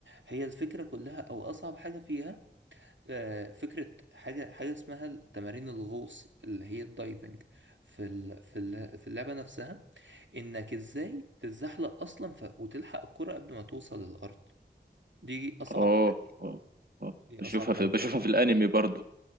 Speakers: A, on the right (about 85°); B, on the right (about 55°).
A: هي الفكرة كلها او اصعب حاجة فيها آه، فكرة حاجة حاجة اسمها تمارين الغوص اللي هي الدايفنج في ال- في ال- في اللعبة نفسها انك ازاي تتزحلق اصلا ف- وتلحق الكرة قبل ما توصل للارض دي اصعب
B: اه
A: حاجة
B: اه آه.
A: دي
B: بشوفها
A: اصعب حاجة
B: في بشوفها
A: فعلا
B: في الانمي برضو